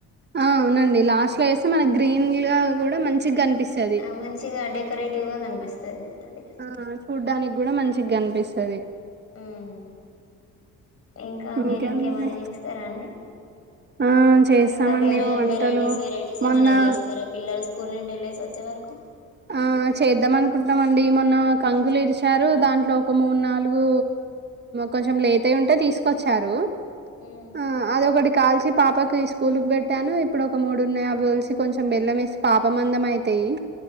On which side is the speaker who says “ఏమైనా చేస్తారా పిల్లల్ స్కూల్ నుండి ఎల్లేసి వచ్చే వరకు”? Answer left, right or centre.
Left